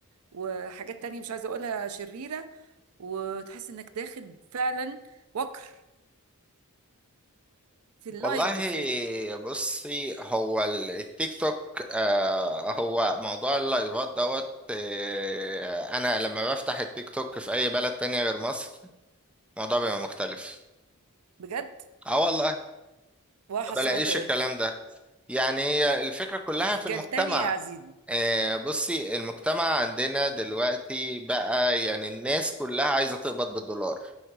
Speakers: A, on the right (about 85°); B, in the centre.
A: وحاجات تانية مش عايزة اقولها شريرة وتحس انك داخل فعلا وكر في اللايف
B: والله
A: بالذات
B: بصي هو ال- التيك توك آه هو موضوع اللايفات دوت آه انا لما بفتح التيك توك في اي بلد تانية غير مصر الموضوع بيبقى مختلف
A: بجد
B: اه والله
A: وحسرتاه
B: ما بلاقيش الكلام
A: <laughs>
B: ده يعني هي الفكرة كلها
A: اخجلتني
B: في المجتمع
A: يا عزيزي
B: آه بصي المجتمع عندنا دلوقتي بقى يعني الناس كلها عايزة تقبض بالدولار